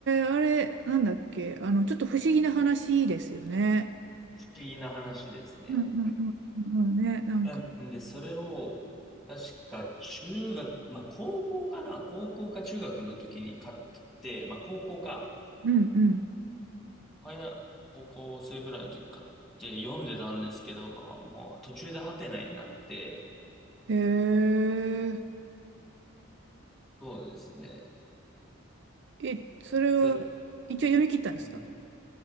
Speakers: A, on the right (about 55°); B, in the centre.
A: ー、あれ、なんだっけ、あの、ちょっと不思議な話ですよね。
B: 不思議な話ですね。
A: うんうんうんうんうんね、
B: <laughs>
A: なんか。
B: なんで、それを、確か中学、まあ高校かな高校か中学の時に買って、まあ高校か。
A: うんうん。
B: 早、高校生ぐらいの時買って読んでたんですけど、はもう途中でハテナになって、
A: へえ。
B: そうですね。
A: え、それは
B: ちょ、
A: 一応読み切ったんですか
B: うん。
A: <laughs>